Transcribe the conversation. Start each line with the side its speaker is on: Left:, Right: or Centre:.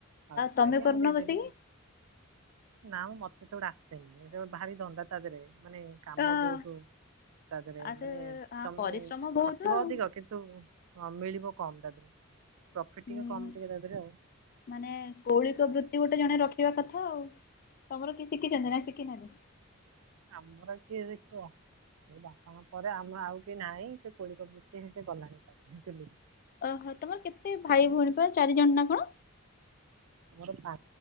Right: ଆଉ ସେଥିଲାଗି
Left: ତମେ କରୁନ
Right: ଆମେ ଦେଇଦେଲୁ।
Left: ବସିକି?
Right: ନାଁ ମ ସେତେଗୁଡା ଆସିନି ସେ ଗୋଟେ ଭାରି ଧଣ୍ଡା ତା ଦେହରେ ମାନେ କାମ
Left: ହଁ
Right: ବହୁତ ତା ଦେହରେ
Left: ଆ
Right: ମାନେ
Left: ସେ ହଁ
Right: ତମେ
Left: ପରିଶ୍ରମ ବହୁତ
Right: ଖଟିବ
Left: ଆଉ
Right: ଅଧିକ କି ତୁ ହଁ ମିଳିବ କମ ତା ଦେହରୁ ପ୍ରଫିଟ
Left: ହୁଁ।
Right: ଟିକେ କମ ଟିକେ ତା ଦେହରେ ଆଉ
Left: ମାନେ କୌଳିକ ବୃତ୍ତି ଗୋଟେ ଜଣେ ରଖିବା କଥା ଆଉ। ତମର କିଏ ଶିକିଛନ୍ତି ନା ଶିକିନାହାନ୍ତି।
Right: ଆମର କିଏ ଦେଖିବ। ସେ ବାପାଙ୍କ ପରେ ଆମର ଆଉ କି ନାହିଁ ସେ କୋଳିିକ ବୃତ୍ତି ହ ସେ ଗଲାଣି ବୁଝିଲୁ
Left: ଓହୋ ତମର କେତେ ଭାଇ ଭଉଣୀ ପ ଚାରିଜଣ ନା କଣ?
Right: ଆମର ପା